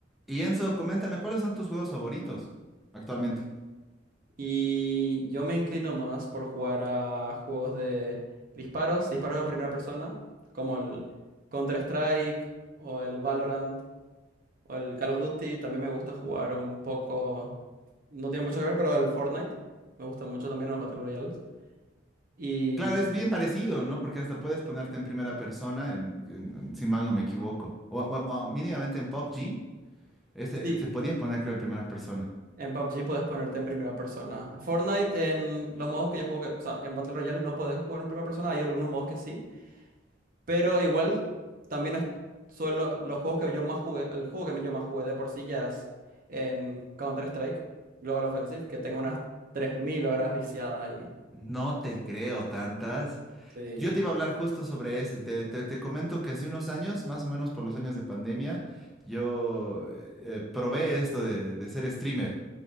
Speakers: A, in the centre; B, on the right.
A: Y Enzo, coméntame, ¿cuáles son tus juegos favoritos actualmente?
B: Y yo me inclino más por jugar a juegos de disparos, disparos en primera persona, como el Counter-Strike o el Valorant o el Call of Duty. También me gusta jugar un poco, no tiene mucho que ver, pero el Fortnite. Me gusta mucho también los Battle Royales. Y
A: Claro, es bien parecido, ¿no? Porque hasta puedes ponerte en primera persona, en, en- en- si mal no me equivoco. O, o- o mínimamente en P U B G, este,
B: sí,
A: se podía poner, creo, en primera persona.
B: en PUBG puedes ponerte en primera persona. Fortnite en los modos que yo juego, que- o sea, que en Battle Royale no podés jugar en primera persona, hay algunos modos que sí. Pero igual también es, suelo, los juegos que yo más jugué, el juego que yo más jugué de por sí ya es en Counter-Strike, Global Offensive, que tengo unas 3.000 horas viciadas ahí.
A: No te creo tantas.
B: Sí,
A: Yo te iba a hablar justo sobre ese. Te, te- te comento que hace unos años, más o menos por los años de pandemia, yo eh, eh, probé esto de, de ser streamer.